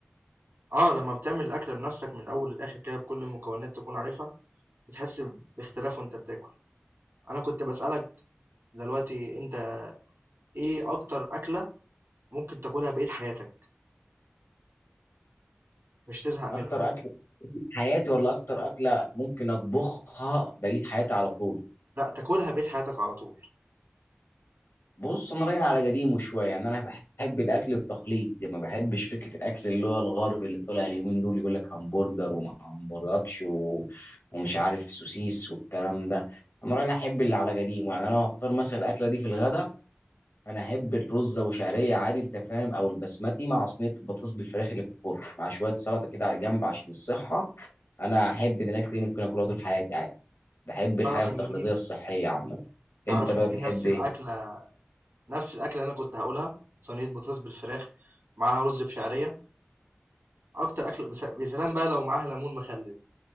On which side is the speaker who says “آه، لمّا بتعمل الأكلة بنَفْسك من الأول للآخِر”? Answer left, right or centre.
Right